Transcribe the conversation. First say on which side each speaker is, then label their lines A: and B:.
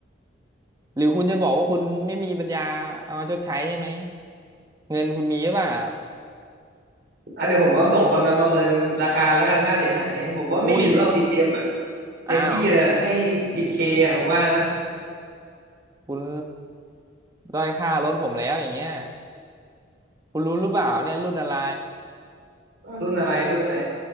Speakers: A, on the right (about 20°); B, on the right (about 55°).
A: หรือคุณจะบอกว่าคุณไม่มีปัญญาเอามาชดใช้ใช่ไหมเงินคุณมีหรือเปล่า
B: อ่ะเดี๋ยวผมเอาส่งคนมาประเมินราคาแล้วกันค่าเสียหายผมว่าไม่ถึงหรอกสิบเอ็มอ่ะ
A: อุ้ย
B: เต็มที่เลยให้สิบเคอ่ะผมว่านะ
A: อ้าวคุณด้อยค่ารถผมแล้วอย่างเงี้ย คุณรู้หรือเปล่าเนี่ยรุ่นอะไร
B: ว่ารุ่นอะไรรุ่นอะไร